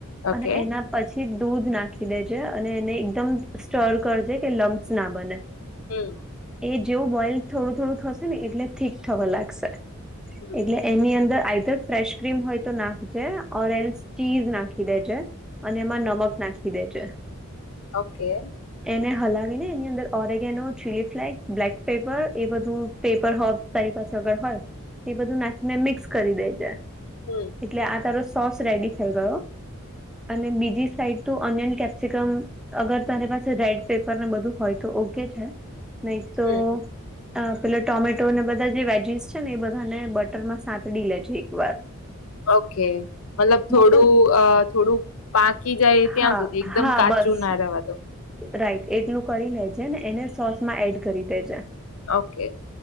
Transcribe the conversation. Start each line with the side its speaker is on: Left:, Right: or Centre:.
Left: ઓકે
Centre: અને એના પછી દૂધ નાખી દેજે અને એને એકદમ સ્ટર કરજે કે લમ્સ ના બને.
Left: હમ્મ.
Centre: એ જેવું બોઈલ થોડું-થોડું થશે ને એટલે થીક થવા લાગશે
Left: હમ
Centre: એટલે એની અંદર આઇધર ફ્રેશ ક્રીમ હોય તો નાખજે ઓર એલ્ ચીઝ નાખી દેજે. અને એમાં નમક નાખી દે જે.
Left: ઓકે.
Centre: એને હલાવીને એની અંદર oregano, chilli flakes, black pepper એ બધું પેપર હોપ્સ તારી પાસે અગર હોય એ બધું નાખીને મિક્સ કરી દે જે.
Left: હમ્મ.
Centre: એટલે આ તારો સોસ રેડી થઈ ગયો અને બીજી સાઈડ તું ઓનિયન, કેપ્સિકમ અગર તારી પાસે રેડ પેપર ને બધું હોય તો ઓ કે છે ન‌ઈ તો
Left: હમ
Centre: અ પેલા ટોમેટોને બધા જે વેજીસ છે ને એ બધાને બટર માં સાતડી લેજે એકવાર.
Left: ઓકે. મતલબ થોડું
Centre: પણ
Left: અ થોડુંક પાકી જાય ત્યાં
Centre: હા
Left: સુધી એકદમ
Centre: હા
Left: કાચું
Centre: બસ
Left: ના રેવા દઉ.
Centre: રાઈટ એટલું કરી લેજે ને એને સોર્સ માં એડ કરી દેજે...
Left: ઓ કે.